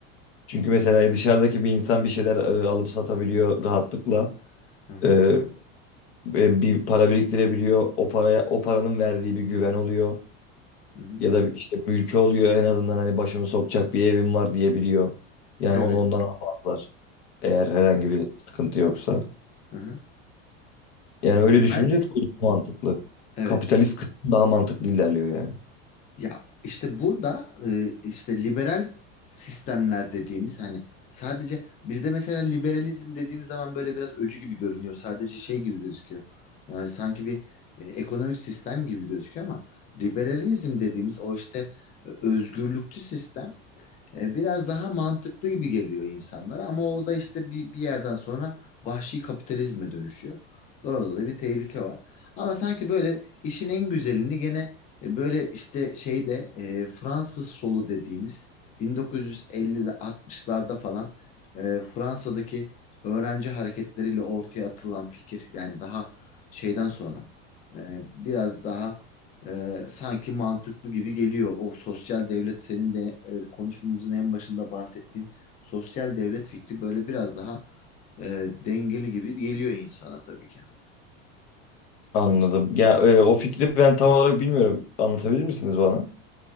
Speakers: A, on the left; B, on the left.
A: Çünkü mesela e, dışarıdaki bir insan bir şeyler e, alıp satabiliyor rahatlıkla.
B: Hı hı.
A: E, e, bir para biriktirebiliyor. O paraya o paranın verdiği bir güven oluyor.
B: Hı hı.
A: Ya da işte mülkü oluyor en azından hani başımı sokacak bir evim var diyebiliyor. Yani
B: Evet.
A: onu ondan almazlar. Eğer herhangi bir sıkıntı yoksa.
B: Hı hı.
A: Yani öyle
B: Ya
A: düşünce
B: ben
A: tabii daha mantıklı.
B: evet.
A: Kapitalist kısım daha mantıklı ilerliyor yani.
B: Ya işte burada e, işte liberal sistemler dediğimiz hani sadece bizde mesela liberalizm dediğimiz zaman böyle biraz öcü gibi görünüyor. Sadece şey gibi gözüküyor. Yani sanki bir e, ekonomik sistem gibi gözüküyor ama liberalizm dediğimiz o işte e, özgürlükçü sistem E, biraz daha mantıklı gibi geliyor insanlara ama o da işte bir, bir yerden sonra vahşi kapitalizme dönüşüyor. Orada da bir tehlike var. Ama sanki böyle işin en güzelini gene e, böyle işte şeyde e, Fransız solu dediğimiz 1950-60'larda falan e, Fransa'daki öğrenci hareketleriyle ortaya atılan fikir yani daha şeyden sonra e, biraz daha e, sanki mantıklı gibi geliyor. O sosyal devlet senin de e, konuşmamızın en başında bahsettiğin sosyal devlet fikri böyle biraz daha e, dengeli gibi geliyor insana tabii ki.
A: Anladım. Ya e, o fikri ben tam olarak bilmiyorum. Anlatabilir misiniz bana?